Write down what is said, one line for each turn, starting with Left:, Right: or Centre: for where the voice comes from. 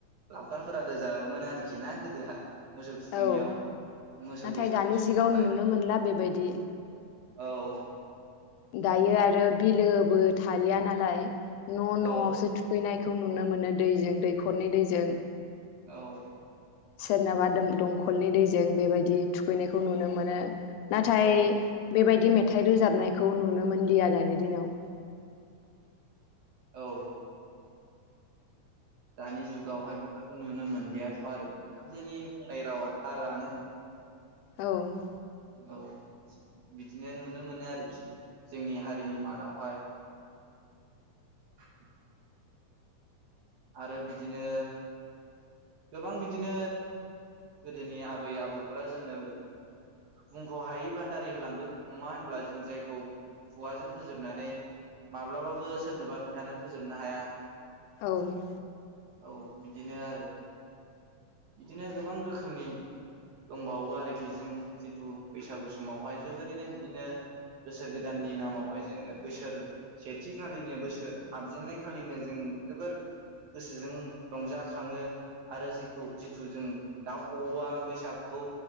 Right: लावखारफोरा रोजाबोमोन आरोखि ना गोदोहाय? मोसौ थुखैनायाव
Left: औ
Right: मोसौ
Left: नाथाय
Right: बैसागु
Left: दानि
Right: समावहाय
Left: जिगाव नुनो मोनला बेबायदि ।
Right: औ ।
Left: दायो आरो बिलोबो थालिया नालाय । न' न'आवसो
Right: औ
Left: थुफैनायखो खौ नुनो मोनो दैजों दैखरनि दैजों ।
Right: औ ।
Left: सोरनाबा दोम दंखलनि दैजों बेबायदि थुखैनायखौ नुनो मोनो। नाथाय
Right: औ
Left: बेबायद दि मेथाइ रोजाबनायखौ नुनो मोनलिया दानि दिनाव ।
Right: औ । दानि जुगावहाय बेफोरखौ नुनो मोनलियाथ' आरो नोथांजोनि बुंनाय रावा थारानो।
Left: औ ।
Right: औ बिदिनो नुनो मोनो आरोखि जोंनि हारिनि मादावहाय <inaudible> आरो बिदिनो गोबां बिदिनो गोदोनि आबै आबौफ्रा जोंनो बुंख' हायै बान्दारि होलांदों नङा होनब्ला? जों जायखौ खुवाजों फोजोबनानै माब्लाबाबो सोरनोबा खोन्थानो फोजोबनो हाया।
Left: औ ।
Right: औ बिदिनो आरो। बिदिनो गोबां रोखोमनि दंबावो आरोखि जों जिथु बैसागु समावहाय जोबोरैनो बिदिनो बोसोर गोदाननि नामावहाय जोङो बोसोर सेथि खालिनो बोसोर हाबजेननाय खालिनो जों जोबोर गोसोजों रंजाखाङो । आरो जिखौ जिथु जों दाउ खौवा बैसागखौ